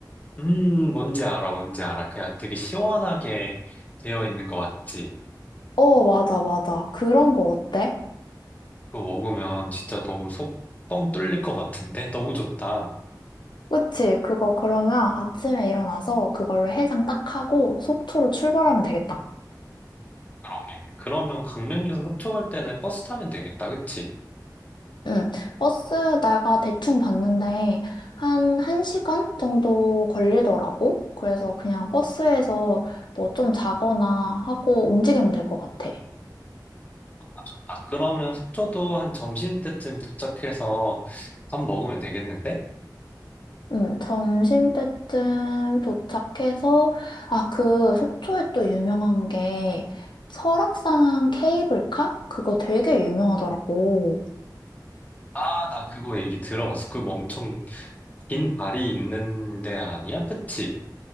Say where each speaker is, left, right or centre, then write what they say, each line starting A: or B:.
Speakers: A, on the left; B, on the left.
A: 음, 뭔지 알아, 뭔지 알아. 그냥 되게 시원하게 되어 있는 거 맞지?
B: 어, 맞아, 맞아. 그런 거 어때?
A: 그거 먹으면 진짜 너무 속 뻥 뚫릴 것 같은데? 너무 좋다.
B: 그치? 그거 그러면 아침에 일어나서 그걸로 해장 딱 하고 속초로 출발하면 되겠다.
A: 그러게. 그러면 강릉에서 속초 갈 때는 버스 타면 되겠다, 그치?
B: 응. 버스 내가 대충 봤는데 한 1시간 정도 걸리더라고. 그래서 그냥 버스에서 뭐 좀 자거나 하고 움직이면 될 것 같아.
A: 아, 좋다. 그러면 속초도 한 점심때쯤 도착해서 밥 먹으면 되겠는데?
B: 응. 점심 때쯤 도착해서 아, 그 속초에 또 유명한 게 설악산 케이블카? 그거 되게 유명하더라고.
A: 아, 나 그거 얘기 들어봤어. 그거 엄청 긴 다리 있는 데 아니야? 그치?